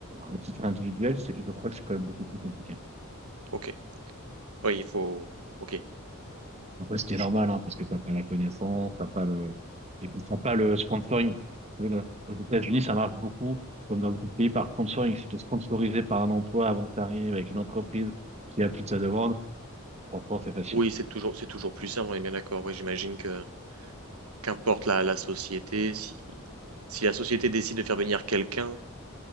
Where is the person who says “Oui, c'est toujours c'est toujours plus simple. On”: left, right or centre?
Right